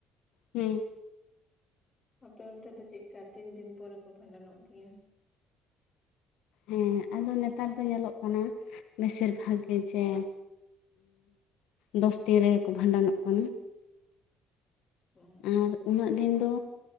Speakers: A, on the left (about 90°); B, on the left (about 20°).
A: ᱦᱩᱸ
B: ᱟᱯᱮ ᱚᱱᱛᱮ ᱫᱚ ᱪᱮᱫᱠᱟ ᱛᱤᱱ ᱫᱤᱱ ᱯᱚᱨᱮ ᱠᱚ ᱵᱷᱟᱱᱰᱟᱱᱚᱜ ᱜᱮᱭᱟ
A: ᱦᱮᱸ ᱟᱫᱚ ᱱᱮᱛᱟᱨ ᱫᱚ ᱧᱮᱞᱚᱜ ᱠᱟᱱᱟ ᱵᱮᱥᱤᱨ ᱵᱷᱟᱜᱽ ᱜᱮ ᱡᱮ ᱫᱚᱥ ᱛᱤᱱ ᱨᱮᱜᱮ ᱠᱚ ᱵᱷᱟᱸᱰᱟᱱᱚᱜ ᱠᱟᱱᱟ
B: ᱦᱮᱸ
A: ᱟᱨ ᱩᱱᱟᱹᱜ ᱫᱤᱱ ᱫᱚ